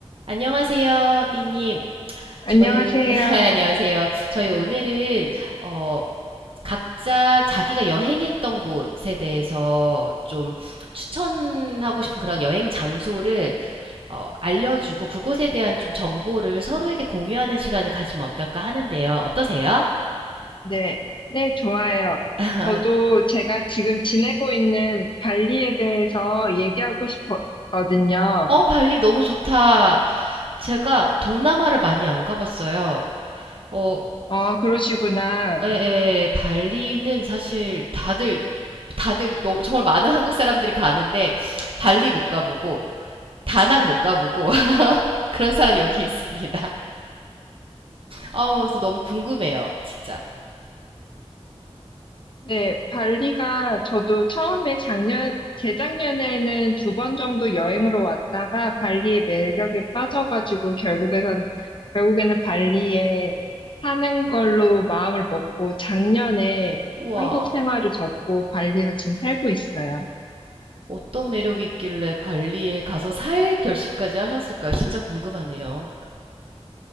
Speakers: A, on the right; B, on the left.
A: 안녕하세요, 삐님. 저희,
B: 안녕하세요.
A: <laughs> 안녕하세요. 저희 오늘은, 어, 각자 자기가 여행했던 곳에 대해서 좀 추천하고 싶은 그런 여행 장소를, 어, 알려주고 그곳에 대한 좀 정보를 서로에게 공유하는 시간을 가지면 어떨까 하는데요. 어떠세요?
B: 네, 네, 좋아요.
A: <laughs>
B: 저도 제가 지금 지내고 있는 발리에 대해서 얘기하고 싶었거든요.
A: 어, 발리 너무 좋다. 제가 동남아를 많이 안 가봤어요. 어,
B: 어, 그러시구나.
A: 에, 에, 발리는 사실 다들 다들 너, 정말 많은 한국 사람들이 가는데 발리 못 가보고 다낭 못 가보고 <laughs> 그런 사람 이 여기 있습니다. 아, 그래서 너무 궁금해요, 진짜.
B: 네, 발리가 저도 처음에 작년, 재작년에는 두 번 정도 여행으로 왔다가 발리의 매력에 빠져가지고 결국에선, 결국에는 발리에 사는 걸로 마음을 먹고 작년에
A: 우와,
B: 한국 생활을 접고 발리에서 지금 살고 있어요.
A: 어떤 매력이 있길래 발리에 가서 살 결심까지 하셨을까요? 진짜 궁금하네요.